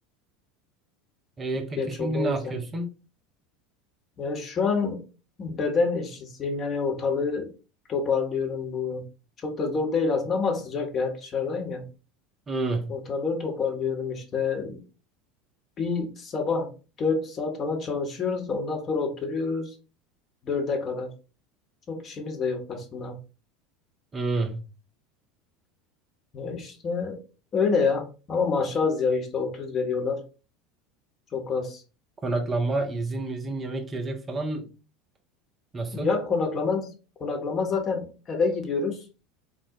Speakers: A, on the right; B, on the left.
A: E,
B: Çok
A: peki
B: geç
A: şimdi
B: oldu o
A: ne yapıyorsun?
B: yüzden. Ya şu an beden işçisiyim. Yani ortalığı toparlıyorum bu. Çok da zor değil aslında ama sıcak ya. Hep dışarıdayım ya.
A: Hı,
B: Ortalığı toparlıyorum işte. Bir sabah 4 saat falan çalışıyoruz. Ondan sonra oturuyoruz 4'e kadar. Çok işimiz de yok aslında.
A: hı.
B: Ya işte öyle ya. Ama maaş az ya işte 30 veriyorlar. Çok az.
A: Konaklama, izin, mizin, yemek yiyecek falan nasıl?
B: Ya konaklama, konaklama zaten eve gidiyoruz.